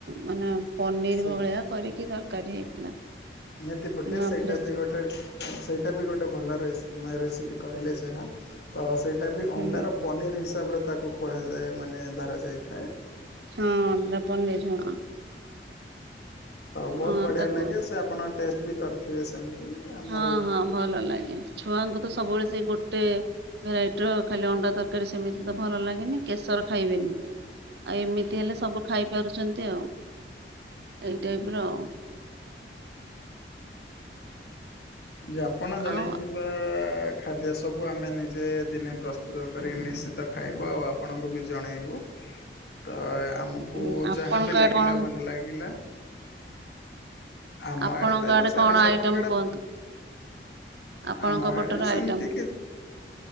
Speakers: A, on the right; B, on the left.
A: ମାନେ ପନିର
B: ସେଇ
A: ଭଳିଆ କରିକି ତରକାରୀ ହେଇଥିଲା।
B: ନିହାତି ପକ୍ଷେ
A: ବାମ୍ଫରେ
B: ସେଇଟା ବି ଗୋଟେ ସେଇଟା ବି ଗୋଟେ ଭଲ ରେସି ରେସିପି କହିଲେ ଯାହା ତ ସେଇଟା ବି
A: ହୁଁ
B: ଅଣ୍ଡାର ପନିର ସି ତାପରେ ତାକୁ କୁହାଯାଏ ମାନେ ଧରା ଯାଇଥାଏ।
A: ହଁ ତା ପନିରି ହଁ
B: ତ ବହୁତ
A: ହଁ
B: ବଢିଆ
A: ତାକୁ
B: ଲାଗେ ସେ ଆପଣ ଟେଷ୍ଟ ବି କରିଥିବେ ସେମିତି। ଆମର
A: ହଁ ହଁ ଭଲ ଲାଗେ ଛୁଆଙ୍କୁ ତ ସବୁବେଳେ ସେଇ ଗୋଟେ ଭେରାଇଟିର ଖାଲି ଅଣ୍ଡା ତରକାରୀ ସେମିତି ତ ଭଲ ଲାଗେନି କେଶର ଖାଇବେନି। ଆଉ ଏମିତି ହେଲେ ସବୁ ଖାଇପାରୁଛନ୍ତି ଆଉ ଏଇଟାଇପ ର
B: ଯେ ଆପଣ ଜଣେଇଥିବା
A: ଆଉ
B: ଖାଦ୍ୟ ସବୁ ଆମେ ନିଜେ ଦିନେ ପ୍ରସ୍ତୁତ କରି ନିଶ୍ଚିତ ଖାଇବୁ ଆଉ ଆପଣଙ୍କୁ ବି ଜଣେଇବୁ।
A: <inaudible>
B: ତ ଆମକୁ
A: ଉଁ, ଆପଣଙ୍କ
B: ଯାହାବି ଲାଗିଲା
A: ଆଡେ କଣ
B: ଭଲ ଲାଗିଲା। ଆମ
A: ଆପଣଙ୍କ
B: ଆଡେ ତ ଏବେ ଚାଲିଛି
A: କଣ ଆଇଟମ
B: ଆପଣଙ୍କଆଡେ
A: କୁହନ୍ତୁ? ଆପଣଙ୍କ
B: ଆମଆଡେ
A: ପଟର
B: ସେମିତି
A: ଆଇଟମ
B: କି